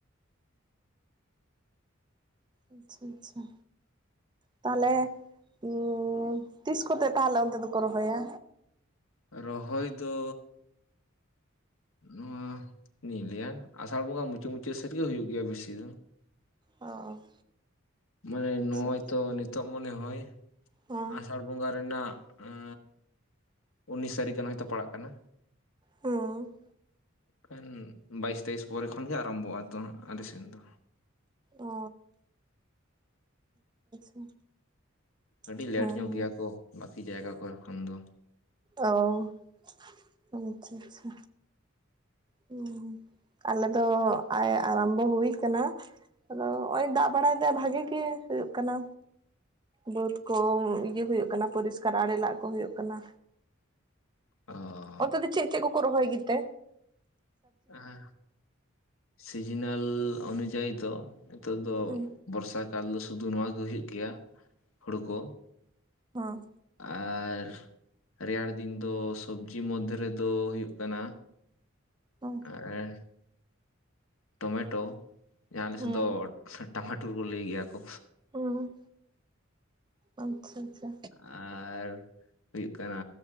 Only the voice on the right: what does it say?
ᱟᱪᱪᱷᱟ ᱟᱪᱪᱷᱟ ᱛᱟᱦᱚᱞᱮ, ᱩ ᱛᱤᱥ ᱠᱚᱛᱮ ᱛᱟᱦᱚᱞᱮ ᱚᱱᱛᱮ ᱫᱚᱠᱚ ᱨᱚᱦᱚᱭᱟ?
ᱚ
ᱟᱪᱪᱷᱟ
ᱟᱪᱪᱷᱟ
ᱦᱮᱸ
ᱦᱚᱸ
ᱚ <unintelligible>
ᱦᱮᱸ
ᱚ ᱟᱪᱪᱷᱟ ᱟᱪᱪᱷᱟ <unintelligible> ᱟᱞᱮ ᱫᱚ ᱟᱭ ᱟᱨᱟᱢᱵᱚ ᱦᱩᱭ ᱠᱟᱱᱟ ᱟᱫᱚ ᱦᱚᱜ-ᱚᱭ ᱫᱟᱜ ᱵᱟᱲᱟᱭ ᱫᱟᱭ ᱵᱷᱟᱜᱮ ᱜᱮ ᱦᱩᱭᱩᱜ ᱠᱟᱱᱟ ᱵᱟᱹᱫᱽ ᱠᱚ ᱤᱭᱟᱹ ᱦᱩᱭᱩᱜ ᱠᱟᱱᱟ ᱯᱚᱨᱤᱥᱠᱟᱨ ᱟᱲᱮ ᱞᱟᱜ ᱠᱚ ᱦᱩᱭᱩᱜ ᱠᱟᱱᱟ
ᱚᱛᱮ ᱫᱚ ᱪᱮᱫ ᱪᱮᱫ ᱠᱚᱠᱚ ᱨᱚᱦᱚᱭ ᱜᱮ ᱛᱮ?
ᱦᱮᱸ
ᱦᱮᱸ
ᱦᱮᱸ
ᱦᱮᱸ
ᱦᱮᱸ ᱟᱪᱪᱷᱟ ᱟᱪᱪᱷᱟ